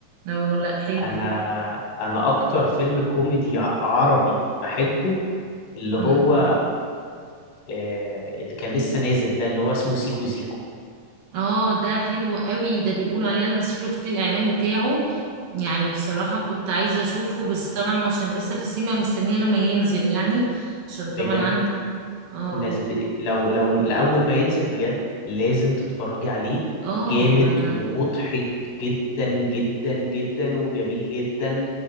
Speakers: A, on the right; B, on the left.
A: اه لا حلو
B: انا انا اكتر فيلم كوميدي ع- عربي بحبه اللي
A: اه
B: هو آه، اللي كان لسه نازل ده اللي هو اسمه سيكو سيكو
A: آه، ده حلو قوي ده بيقولوا عليه انا شفت الاعلان بتاعه يعني بصراحة كنت عايزة اشوفه بس طبعا هو عشان لسه في سيما مستنية لما ينزل يعني عشان
B: بجد
A: طبعا عن اه
B: نز... لو لو لأول ما ينزل بجد لازم تتفرجي عليه
A: اه
B: جامد
A: ما انا
B: ومضحك جدا جدا جدا وجميل جدا